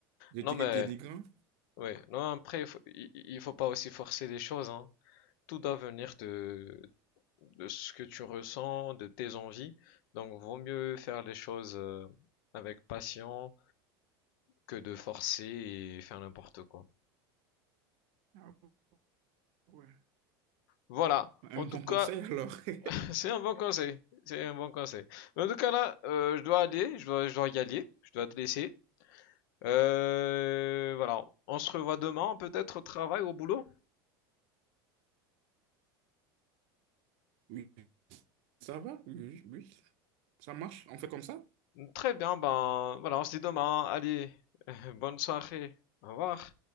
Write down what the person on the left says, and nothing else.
Non
mais
oui, non après il faut, il- il faut pas aussi forcer les choses hein. Tout doit venir de de ce que tu ressens, de tes envies. Donc vaut mieux faire les choses euh, avec patience que de forcer et faire n'importe quoi.
Voilà.
En tout
cas,
<laughs> c'est un bon conseil. C'est un bon conseil. Mais en tout cas là, euh, je dois aller, je dois je dois y aller, je dois te laisser. Euh, voilà. On se revoit demain peut-être au travail, au boulot.
Très bien, ben voilà, on se dit demain. Allez, <laughs> bonne soirée. Au revoir.